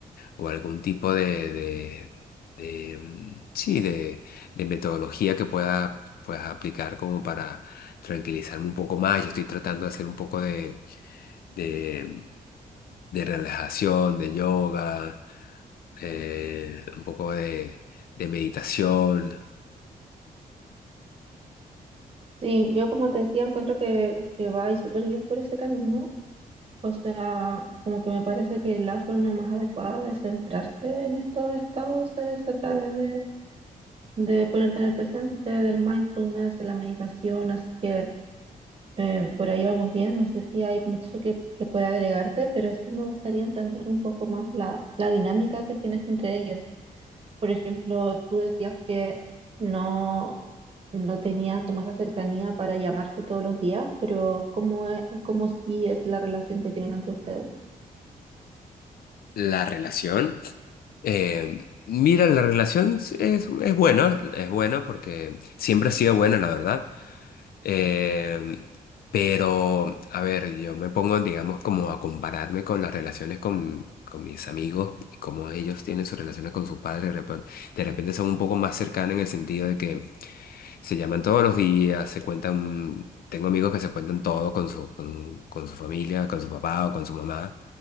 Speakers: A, on the left; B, on the right.
A: o algún tipo de, de, de, mm, sí, de, de metodología que pueda, puedas aplicar como para tranquilizarme un poco más. Yo estoy tratando de hacer un poco de, de, de relajación, de yoga, eh, un poco de, de meditación.
B: Sí, yo como te decía, encuentro que, que va y súper bien por ese camino. O sea, como que me parece que la forma más adecuada de centrarte en estos estados es a través de, de ponerte en el presente, del mindfulness, de la meditación. Así que eh, por ahí vamos bien. No sé si hay mucho que, que pueda agregarte, pero sí me gustaría entender un poco más la, la dinámica que tienes entre ellos. Por ejemplo, tú decías que no, no tenía como esa cercanía para llamarse todos los días, pero ¿cómo, es- cómo sí es la relación que tienen entre ustedes?
A: La relación. eh, mira, la relación sí es, es buena, es buena porque siempre ha sido buena, la verdad. Eh, pero, a ver, yo me pongo, digamos, como a compararme con las relaciones con, con mis amigos, como ellos tienen sus relaciones con sus padres, de repente, de repente son un poco más cercanas en el sentido de que se llaman todos los días, se cuentan, tengo amigos que se cuentan todo con su, con, con su familia, con su papá o con su mamá.